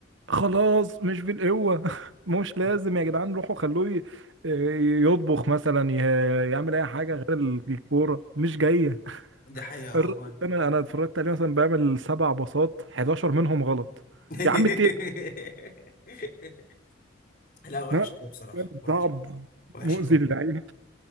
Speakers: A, on the right; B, on the left.
A: خلاص مش بالقوه <laughs> مش لازم
B: <laughs>
A: يا جدعان روحوا خلوه ي- آه، يطبخ مثلا ي- يعمل اي حاجه غير الكوره مش جايه
B: دي حقيقه
A: الراجل
B: والله
A: ده انا انا اتفرجت عليه مثلا بيعمل سبع باصات 11 منهم غلط
B: <laughs>
A: يا عم التيل
B: لا وحش
A: لا
B: قوي بصراحه
A: كان
B: وحش
A: صعب
B: وحش
A: مؤذي
B: قوي
A: للعين